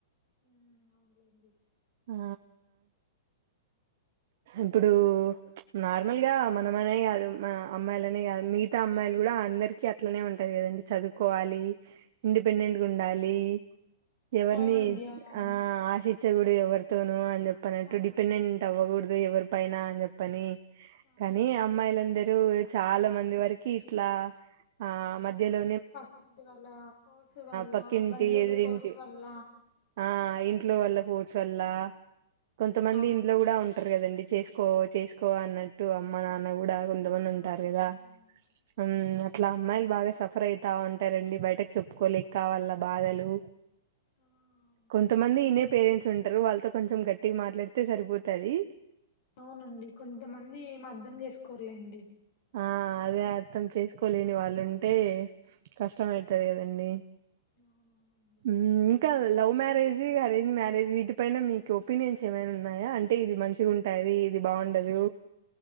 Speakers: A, on the left (about 55°); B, on the right (about 60°).
A: ఉమ్ ఔన్ లేండి.
B: ఆ ఇప్పుడు ప్చ్ నార్మల్గా మనమనే గాదు మ అమ్మాయిలనే గాదు మిగతా అమ్మాయిలు గుడా అందరికీ అట్లనే ఉంటది కదండి. చదువుకోవాలి ఇండిపెండెంట్గుడాలి. ఎవర్నీ
A: అవునండి అవునవును
B: ఆ ఆశి ఛ గూడదెవ్వర్తోను అని జెప్. పనెంటు
A: అవునండి
B: డిపెండెంట్ అవ్వగూడుద్. దొ ఎవ్వర్ పైన అన్ జెప్పని.
A: అవునండి
B: కాని అమ్మాయ్లందరూ వ్. చాలా మంది వరకి ఇట్ల ఆ మధ్యలో.
A: పక్కింటి వాళ్ళ ఫోర్స్ వల్ల
B: పక్కింటి
A: బంధువుల
B: ఎదిరింటి
A: ఫోర్స్ వల్ల.
B: ఆ ఇంట్లో వాళ్ల ఫోర్స్ వల్ల. కొంతమంది
A: అవునండి
B: ఇంట్లో గూడా ఉం ట్్ర గదండి చేస్కో చేస్కో అన్నట్టు అమ్మ నాన్న గూడా. కొందుమందుంటార్
A: ఆ
B: గదా
A: అవునవును
B: ఉమ్
A: అవును.
B: అట్ల అమ్మాయ్ల్. బాగా సఫ్రై తా ఉంటరండి బయటకు చెప్పుకోలేక వాళ్ళ బాధలు.
A: ఆ అవునండి
B: కొంతమంది ఇనే పేరెంట్స్. తుంట్రు వాళ్తో కొంచెం గట్టిగ్ మాట్లాడితే సరిపోతది.
A: ఔనండి కొంతమంది ఏమర్దం జేస్కోర్లేండి.
B: ఆ అదే అర్థం చేసుకోలేని వా. ళ్ళుంటే కష్టమైతది కదండి.
A: ఔనవునండి
B: ఉమ్ ఇంక లవ్ మ్యారేజీ అరేంజ్ మ్యారేజీ వీటిపైన మీకు ఒపీనియన్స్ ఏమైనున్నాయా అంటే ఇది మంచిగుంటాది ఇది బాగుండదు.